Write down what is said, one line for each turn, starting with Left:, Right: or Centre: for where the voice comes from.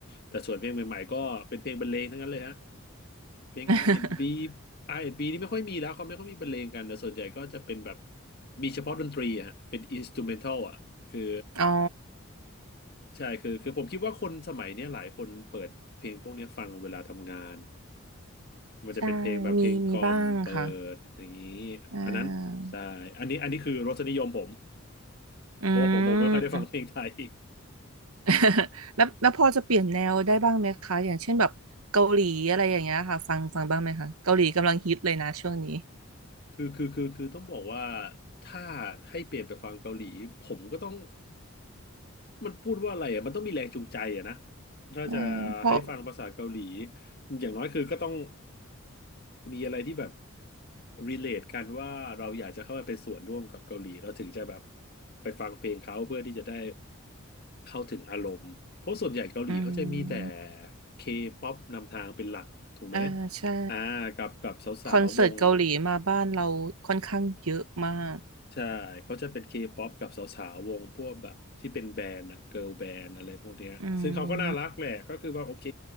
Left: แต่ส่วนเพลงใหม่ๆก็เป็นเพลงบรรเลงทั้งนั้นเลยฮะเพลง
Right: <laughs>
Left: R&B R&B นด์บีอาร์แอนด์บีนี่ไม่ค่อยมีแล้วเขาไม่ค่อยมีบรรเลงกันแต่ส่วนใหญ่ก็จะเป็นแบบมีเฉพาะดนตรีอะฮะเป็นอินสตูเมนทัลอ่ะคือ
Right: อ๋อ
Left: ใช่คือคือผมคิดว่าคนสมัยเนี้ยหลายคนเปิดเพลงพวกเนี้ยฟังเวลาทำงานมันจะเป็นเพลงแบบเพลงกล่อมเปิดอย่างนี้
Right: ใช่มีมีบ้างค่ะอ่
Left: อันนั้นใช่อันนี้อันนี้คือรสนิยมผม
Right: าอื
Left: เพราะว่าผมผมไม่ค่อยได้ฟังเพลงไทย
Right: ม <laughs> แล้วแล้วพอจะเปลี่ยนแนวได้บ้างไหมคะอย่างเช่นแบบเกาหลีอะไรอย่างเงี้ยค่ะฟังฟังบ้างไหมคะเกาหลีกำลังฮิตเลยนะช่วงนี้
Left: คือคือคือคือต้องบอกว่าถ้าให้เปลี่ยนไปฟังเกาหลีผมก็ต้องมันพูดว่าอะไรอ่ะมันต้องมีแรงจูงใจอ่ะนะถ้าจะให้ฟังภาษาเกาหลี
Right: ใช่เพราะ
Left: อย่างน้อยคือก็ต้องมีอะไรที่แบบ relate กันว่าเราอยากจะเข้าไปเป็นส่วนร่วมกับเกาหลีเราถึงจะแบบไปฟังเพลงเขาเพื่อที่จะได้เข้าถึงอารมณ์เพราะส่วนใหญ่เกาหลีเขาจะมีแต่
Right: อืม
Left: K-pop นำทางเป็นหลักถูกไหม
Right: อ่าใช่
Left: อ่ากับกับสาวๆวง
Right: คอนเสิร์ตเกาหลีมาบ้านเราค่อนข้างเยอะมาก
Left: ใช่เขาจะเป็นเคป๊อปกับสาวๆวงพวกแบบที่เป็นแบรนด์อะเกิร์ลแบนด์อะไรพวกเนี้ยซึ่งเขาก็น่ารักแหละก็คือว่าโอเค
Right: อืม